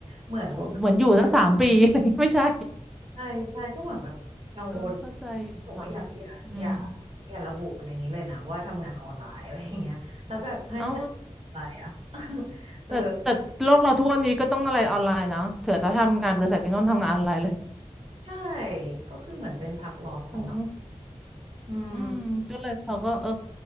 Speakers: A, on the right; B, in the centre.
A: เหมือนก็
B: โหเหมือนอยู่ตั้งสามปีอะไรอย่างงี้ไม่ใช่
A: ใช่ใช่ก็เหมือนแบบกังวล
B: เออเข้าใจอยู่ค่ะ
A: บอกว่าอย่าอย่าอย่า
B: อืม
A: อย่าระบุในนี้เลยนะว่าทำงานออนไลน์อะไรอย่างเงี้ยแล้วแบบจะให้ฉันอะไรอ่ะ
B: เอา
A: <laughs> เออ
B: แต่แต่โลกเราทุกวันนี้ก็ต้องอะไรออนไลน์นะเถอะถ้าทำงานบริษัทก็ต้องทำงานออนไลน์เลย
A: ใช่ก็คือเหมือนเป็นพักร้อนของเรา
B: มันต้อง
A: อืม
B: อืมก็เลยเขาก็เออ